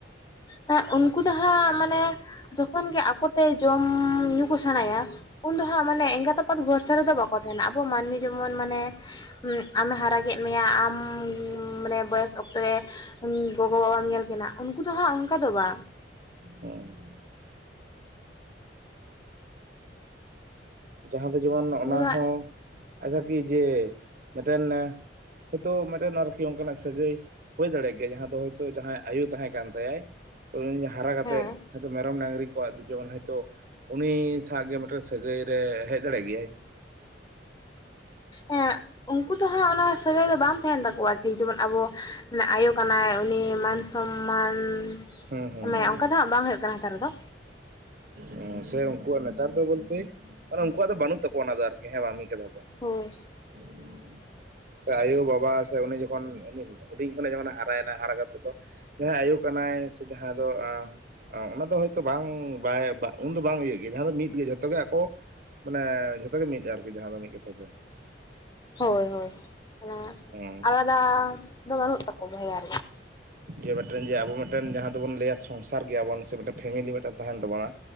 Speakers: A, on the left; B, on the right.
A: ᱦᱟᱸᱜ ᱩᱱᱠᱩ ᱫᱚ ᱦᱟᱸᱜ ᱢᱟᱱᱮ ᱡᱚᱠᱷᱚᱱ ᱜᱮ ᱟᱠᱚ ᱛᱮ ᱡᱚᱢ ᱧᱩ ᱠᱚ ᱥᱮᱬᱟᱭᱟ᱾ ᱩᱱ ᱫᱚ ᱦᱟᱸᱜ ᱢᱟᱱᱮ ᱮᱸᱜᱟᱛ ᱟᱯᱟᱛ ᱵᱷᱚᱨᱥᱟ ᱨᱮᱫᱚ ᱵᱟᱠᱚ ᱛᱟᱦᱮᱱᱟ ᱟᱵᱚ ᱢᱟᱹᱱᱢᱤ ᱡᱮᱢᱚᱱ ᱢᱟᱱᱮ <inaudible> ᱟᱢᱮ ᱦᱟᱨᱟ ᱠᱮᱫ ᱢᱮᱭᱟ ᱟᱢ ᱢᱟᱱᱮ ᱵᱚᱭᱮᱥ ᱚᱠᱛᱮ ᱨᱮ ᱜᱚᱜᱚ ᱵᱟᱵᱟᱢ ᱧᱮᱞ ᱠᱤᱱᱟᱹ ᱩᱱᱠᱩ ᱫᱚ ᱦᱟᱸᱜ ᱚᱱᱠᱟ ᱫᱚ ᱵᱟᱝ᱾
B: <inaudible> ᱡᱟᱦᱟᱸ ᱫᱚ ᱡᱮᱢᱚᱱ ᱚᱱᱟ
A: ᱩᱱᱠᱩ ᱫᱚ ᱦᱟᱸᱜ
B: ᱦᱚᱸ ᱟᱪᱷᱟ ᱠᱤ ᱡᱮ ᱢᱤᱫᱴᱮᱱ ᱦᱳᱭᱛᱳ ᱢᱤᱫᱴᱮᱱ ᱟᱨᱠᱤ ᱚᱱᱠᱟᱱᱟᱜ ᱥᱟᱹᱜᱟᱹᱭ᱾ ᱦᱩᱭ ᱫᱟᱲᱮᱭᱟᱜ ᱜᱮᱭᱟ ᱡᱟᱦᱟᱸ ᱫᱚ ᱦᱚᱭᱛᱳ ᱡᱟᱦᱟᱸᱭ ᱟᱭᱳ ᱛᱟᱦᱮᱸ ᱠᱟᱱ ᱛᱟᱭᱟᱭ ᱦᱟᱨᱟ ᱠᱟᱛᱮᱫ
A: ᱦᱮᱸ
B: ᱦᱚᱭᱛᱚ ᱢᱮᱨᱚᱢ ᱰᱟᱝᱨᱤ ᱠᱚᱣᱟᱜ ᱫᱚ ᱡᱮᱢᱚᱱ ᱦᱚᱳᱭᱛᱳ ᱩᱱᱤ ᱥᱟᱜ ᱜᱮ ᱢᱤᱫᱴᱮᱱ ᱥᱟᱹᱜᱟᱹᱭ ᱨᱮ ᱦᱮᱡ ᱫᱟᱲᱮᱜ ᱜᱮᱭᱟᱭ᱾
A: ᱦᱮᱸ ᱩᱱᱠᱩ ᱫᱚ ᱦᱟᱸᱜ ᱚᱱᱟ ᱥᱟᱹᱜᱟᱹᱭ ᱫᱚ ᱵᱟᱝ ᱛᱟᱦᱮᱱ ᱛᱟᱠᱚᱣᱟ ᱴᱷᱤᱠ ᱡᱮᱢᱚᱱ ᱟᱵᱚ <inaudible> ᱟᱭᱳ ᱠᱟᱱᱟᱭ ᱩᱱᱤ ᱢᱟᱱ ᱥᱚᱢᱢᱟᱱ᱾
B: ᱦᱩᱸ ᱦᱩᱸ
A: ᱮᱢᱟᱭᱟ
B: ᱦᱩᱸ
A: ᱚᱱᱠᱟ ᱫᱚ ᱦᱟᱸᱜ ᱵᱟᱝ ᱦᱩᱭᱩᱜ ᱠᱟᱱᱟ ᱱᱮᱛᱟᱨ ᱫᱚ
B: ᱦᱩᱸ᱾ ᱥᱮ ᱩᱱᱠᱩᱣᱟᱜ ᱱᱮᱛᱟᱨ ᱫᱚ ᱵᱚᱞᱛᱮ ᱢᱟᱱᱮ ᱩᱱᱠᱩᱣᱟᱜ ᱫᱚ ᱵᱟᱹᱱᱩᱜ ᱛᱟᱠᱚᱣᱟ ᱚᱱᱟ ᱫᱚ ᱟᱨᱠᱤ ᱦᱮᱸ ᱵᱟᱝ ᱢᱤᱫ ᱠᱟᱛᱷᱟ ᱛᱮ <inaudible>
A: ᱦᱳᱭ᱾
B: <inaudible> ᱥᱮ ᱟᱭᱳᱼᱵᱟᱵᱟ ᱥᱮ ᱩᱱᱤ ᱡᱚᱠᱷᱚᱱ ᱩᱱᱤ ᱦᱩᱰᱤᱧ ᱠᱷᱚᱱᱟᱜ ᱡᱚᱠᱷᱚᱱᱮ ᱦᱟᱨᱟᱭᱮᱱᱟ ᱦᱟᱨᱟ ᱠᱟᱛᱮᱫ ᱫᱚ ᱡᱟᱦᱟᱸᱭ ᱟᱭᱳ ᱠᱟᱱᱟᱭ ᱥᱮ ᱡᱟᱦᱟᱸᱭ ᱫᱚ ᱚᱱᱟ ᱫᱚ ᱦᱳᱭᱛᱳ ᱵᱟᱝ ᱵᱟᱭ ᱩᱱᱫᱚ ᱵᱟᱝ ᱤᱭᱟᱹᱜ ᱜᱮᱭᱟ ᱡᱟᱦᱟᱸ ᱫᱚ ᱢᱤᱫᱜᱮ ᱡᱷᱚᱛᱚ ᱜᱮ ᱟᱠᱚ ᱢᱟᱱᱮ ᱡᱷᱚᱛᱚ ᱜᱮ ᱢᱤᱫ ᱟᱨᱠᱤ ᱡᱟᱦᱟᱸ ᱫᱚ ᱢᱤᱫ ᱠᱟᱛᱷᱟ ᱛᱮ᱾
A: ᱦᱳᱭ ᱦᱳᱭ ᱢᱟᱱᱮ
B: ᱦᱮᱸ
A: ᱟᱞᱟᱫᱟ ᱫᱚ ᱵᱟᱹᱱᱩᱜ ᱛᱟᱠᱚᱣᱟ ᱵᱷᱮᱜᱟᱨ
B: ᱡᱮ ᱢᱤᱫᱴᱮᱱ ᱡᱮ ᱟᱵᱚ ᱢᱤᱫᱴᱮᱱ ᱡᱟᱦᱟᱸ ᱫᱚᱵᱚᱱ ᱞᱟᱹᱭᱟ ᱥᱚᱝᱥᱟᱨ ᱜᱮᱭᱟᱵᱚᱱ ᱥᱮ ᱢᱤᱫᱮᱱ ᱯᱷᱮᱢᱮᱞᱤ ᱢᱤᱫᱴᱮᱱ ᱛᱟᱦᱮᱱ ᱛᱟᱵᱚᱱᱟ